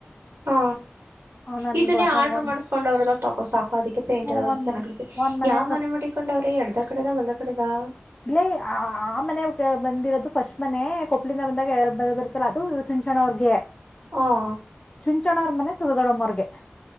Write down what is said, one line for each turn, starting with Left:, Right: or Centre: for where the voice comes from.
Right: ಹಾ
Left: ಆ, ನನ್ಗೆ
Right: ಇದನ್ನೇ
Left: ಹೊಸ
Right: ಆರ್ಟ್ರರ್
Left: ಒಂದ್
Right: ಮಾಡಸ್ಕೊಂಡ್ ಅವ್ರರೆಲ್ಲ ತೊಕೋ ಸಾಕು ಅದಕ್ಕೆ ಪೇಂಟ್
Left: ಹ್ಮ್, ಒಂದ್
Right: ಚೆನ್ನತೆ
Left: ಮ- ಒಂದ್
Right: ಯಾವ್
Left: ಕ-
Right: ಮನೆ ಮಾಡಿಕೊಂಡು ಅವ್ರೀ ಎರ್ಡ ಕಡೆದ ಒಂದ ಕಡೆದಾ
Left: ಇಲ್ಲೇ ಆ ಮನೆ ಬಂದಿರೋದು ಫಸ್ಟ್ ಮನೆ ಕೊಪ್ಪಲಿಂದ ಬಂದಾಗ ಬಂದ ಬರುತ್ತಲ್ಲ ಅದು ಚುಂಚಣ ಅವರ್ಗೆ
Right: ಹ
Left: ಚುಂಚಣ ಅವ್ರ ಮನೆ ಸುುದ ದೊಡಮ್ಮರ್ಗೆ